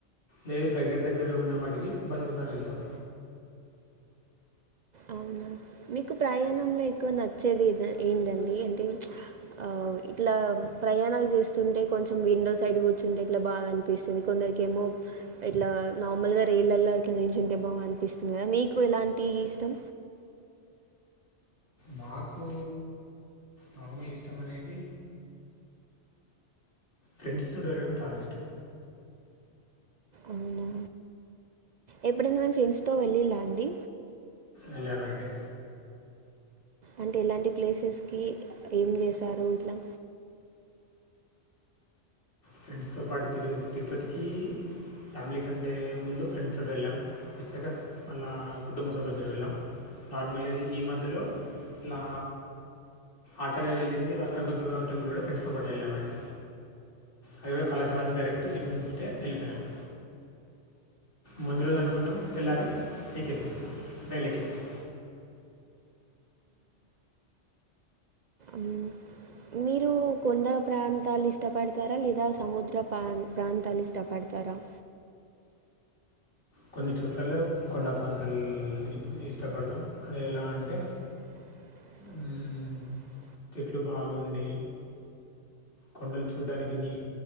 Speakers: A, on the left; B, on the right.
A: లేదు దగ్గర దగ్గర ఉన్న వాటికి బస్సేస్ ద్వారా వెళ్తాం
B: అవునా? మీకు ప్రయాణంలో ఎక్కువ న వచ్చేది ఏందండి అంటే ఆ ఇట్లా ప్రయాణాలు చేస్తుంటే కొంచెం విండో సైడ్ కూర్చుంటే ఇట్లా బాగా అనిపిస్తుంది కొందరిక ఏమో ఇట్లా నార్మల్ గా రైలలో ఇట్లా నిచుంటే బాగా అనిపిస్తుంది మీకు ఎలాంటి ఇష్టం
A: మాకు నార్మల్ ఇష్టం అనేదీ ఫ్రెండ్స్ తోటి వెళ్ళడం చాలా ఇష్టం
B: అవునా? ఎప్పుడైనా మేము ఫ్రెండ్స్ తో వెళ్ళిలా అండి
A: ఎళ్లమండి
B: అంటే ఎలాంటి ప్లేసెస్కి ఏం చేశారు ఇట్లా
A: ఫ్రెండ్స్ తో పాటు తిరు తిరుపతికి ఫ్యామిలీ కంటే ముందు ఫ్రెండ్స్ తోటి వెళ్ళాం వచ్చాక మళ్ళా కుటుంబ సభ్యులతో వెళ్ళాం నార్మల్ ఈ మధ్యలో ఇలా ఆఖరిగా వెళ్ళింది కనక దుర్గ టెంపుల్ కూడా ఫ్రెండ్స్తో పాటు వెళ్ళామండి అవి కూడా కళాశాలని డైరెక్ట్ ఇటు నుంచిట్టే వెళ్ళిపోయాము ముందు రోజు అనుకున్నాం తెల్లారి ఎక్కేసాం రైలు ఎక్కేసాం
B: ఉ మీరు కొండ ప్రాంతాలు ఇష్టపడతారా లేదా సముద్ర ప్ర ప్రాంతాలు ఇష్టపడతారా తర
A: కొన్ని చోట్లల్లో కొండపాంతలు ఇష్టపడతాం అది ఎలా అంటే
B: వో
A: మ్మ్, చెట్లు బాగుండి కొండలు చూడ్డానికి నీ